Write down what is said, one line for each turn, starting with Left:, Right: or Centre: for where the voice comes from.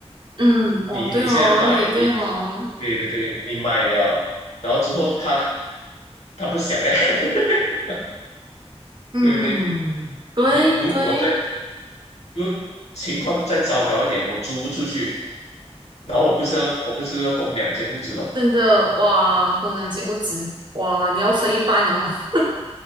Right: 嗯，
Left: 你你现在买你，
Right: 哦，对哦，也对哦。
Left: 对对对，你买了，然后之后他他不想呀，<laughs>
Right: 嗯，
Left: 对不对？
Right: 对对，
Left: 你如果再就情况再糟糕一点，我租不出去，然后我不是要我不是要供两间屋子咯？
Right: 真的哇，工人阶不止哇，你要分一半哦，<laughs>